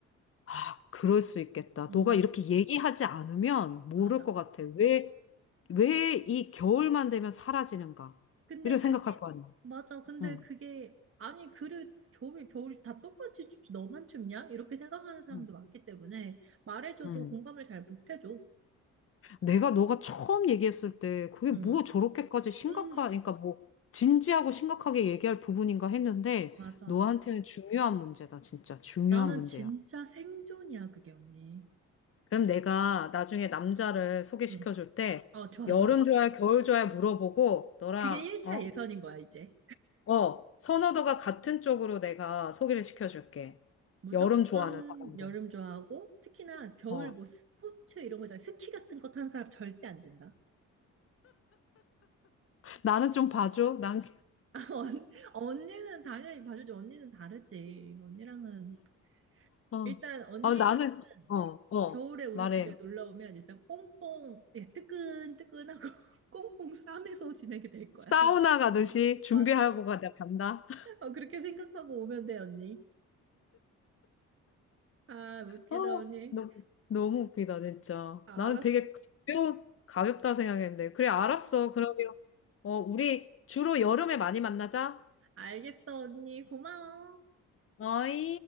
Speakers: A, on the left (about 45°); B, on the right (about 45°).
A: 아, 그럴 수 있겠다.
B: 응,
A: 너가 이렇게 얘기하지 않으면 모를
B: 맞아.
A: 것 같아. 왜, 왜 이 겨울만 되면 사라지는가?
B: 근데
A: 이런
B: 그게
A: 생각할 거 아니야.
B: 맞아. 근데
A: 응,
B: 그게 아니 그래 겨울 겨울이 다 똑같이 춥지 너만 춥냐? 이렇게 생각하는 사람도
A: 응,
B: 많기 때문에 말해줘도
A: 응.
B: 공감을 잘 못해줘.
A: 내가 너가 처음 얘기했을 때 그게
B: 응,
A: 뭐 저렇게까지 심각하,
B: 응,
A: 그러니까 뭐 진지하고 심각하게 얘기할 부분인가 했는데
B: 맞아.
A: 너한테는 중요한 문제다, 진짜. 중요한
B: 나는
A: 문제야.
B: 진짜 생존이야 그게 언니.
A: 그럼 내가 나중에 남자를 소개시켜
B: 응,
A: 줄 때
B: 어 좋아
A: 여름
B: 좋아.
A: 좋아해, 겨울 좋아해 물어보고 너랑
B: 그게 1차
A: 어?
B: 예선인 거야 이제.
A: 어, 선호도가 같은 쪽으로 내가 소개를 시켜줄게.
B: 무조건
A: 여름 좋아하는 사람으로.
B: 여름 좋아하고 특히나 겨울
A: 어,
B: 뭐 스포츠 이런 거잖아. 스키 같은 거 타는 사람 절대 안 된다.
A: 나는 좀 봐줘. 난,
B: <laughs> 언- 언니는 당연히 봐주지. 언니는 다르지. 언니랑은
A: 어,
B: 일단 언니
A: 어, 나는, 어, 어,
B: 겨울에 우리
A: 말해.
B: 집에 놀러 오면 일단 꽁꽁 예, 뜨끈뜨끈하고 <laughs> 꽁꽁 싸매서 지내게 될 거야.
A: 사우나
B: 우리
A: 가듯이 준비하고
B: 맞아.
A: 가, 나 간다. <laughs>
B: 어, 그렇게 생각하고 오면 돼, 언니. 아, 웃기다,
A: 어,
B: 언니.
A: 너무, 너무 웃기다, 진짜.
B: 알았어.
A: 나는 되게 가벼운, 가볍다 생각했는데. 그래, 알았어. 그러면, 어, 우리 주로 여름에 많이 만나자.
B: 알겠어, 언니. 고마워.
A: 어이?